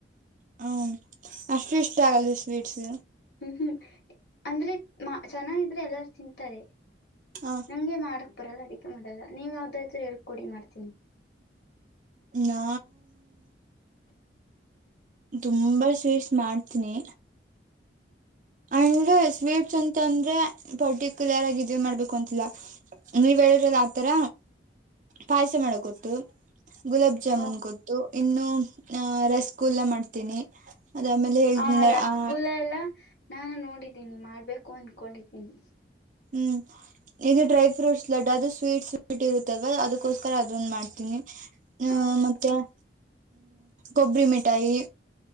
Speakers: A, on the right; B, on the left.
A: ಹ್ಮ ಅಷ್ಟು ಇಷ್ಟ ಆಗಲ್ ಸ್ವೀಟ್ಸ್
B: ಹ್ಮ್ ಹ್ಮ್ ಅಂದ್ರೆ ಮಾ ಚೆನ್ನಾಗಿದ್ರೆ ಎಲ್ಲ ತಿಂತಾರೆ
A: ಹ
B: ನಂಗೆ ಮಾಡಕ್ ರ ಎಲ್ಲ ಅದಕ್ಕೆ ಮಾಡಲ್ಲ ನೀವ್ ಯಾವ್ದ್ರರು ಹೇಳ್ಕೊಡಿ ಮಾಡ್ತೀನಿ
A: ನಾ ತುಂಬಾ ಸ್ವೀಟ್ಸ್ ಮಾಡ್ತೀನಿ ಅಂಡ್ ಸ್ವೀಟ್ಸ್ ಅಂತ ಅಂದ್ರೆ ಪರ್ಟಿಕ್ಯುಲರ್ ಆಗಿ ಇದ ಮಾಡ್ಬೇಕು ಅಂತಿಲ್ಲ ನೀವ ಹೇಳಿದ್ರಲ್ಲ ಆತರ ಪಾಯ. ೊ ಗುಲಾಬ್ ಜಾಮೂನ್
B: ಹ
A: ಗ ಇನ್ನು ರ. ಕೂಲ್ಲ ಮಾಡ್ತೀನಿ. ಅದಾದ್ಮೇಲೆ ಹೇಳಿದ್ನಲ್ಲ
B: ಹಾ ರಸಗುಲ
A: ಆ
B: ಎಲ್ಲ ನಾನು ನೋಡಿದ್ದೀನಿ ಮಾಡ್ಬೇಕು ಅನ್ಕೊಂಡಿದ್ದೀನಿ,
A: ಹ್ಮ್. ಇದು ಡ್ರೈ ಫ್ರೂಟ್ಸ್ ಲಡ್ ಅದು ಸ್ವೀಟ್ ಸ್ವೀಟ್ ಇರುತ್ತಲ್ವಾ ಅದಕ್ಕೋಸ್ಕರ ಅದ್ ಮಾಡ್ತೀನಿ.
B: ಹ
A: ಮತ್ತ್ಮ ಕೊಬ್ಬರಿ ಮಿಾಯಿ.